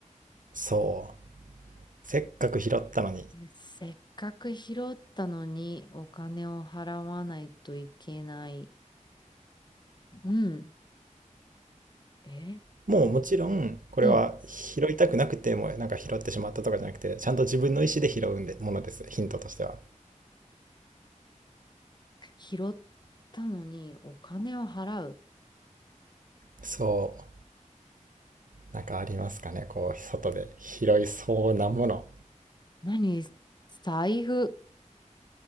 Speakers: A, on the right; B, on the left.
A: うそう。せっかく拾ったのに
B: せっかく拾ったのにお金を払わないといけない。うん。え
A: もうもちろん、これは拾いたくなくても、
B: うん。
A: なんか拾ってしまったとかじゃなくて、ちゃんと自分の意思で拾うんで、ものです。ヒントとしては。
B: 拾ったのにお金を払う。
A: そう。なんかありますかねこう、外で拾いそうなもの。
B: 何財布。